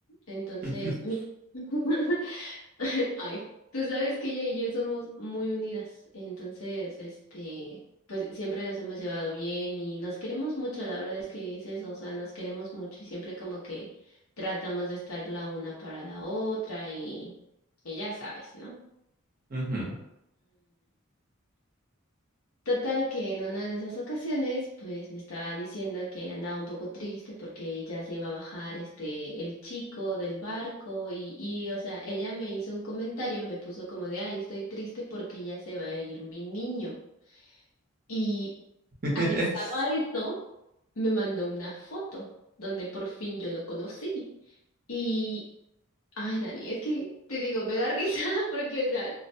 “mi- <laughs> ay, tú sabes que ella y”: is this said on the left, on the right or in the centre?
Left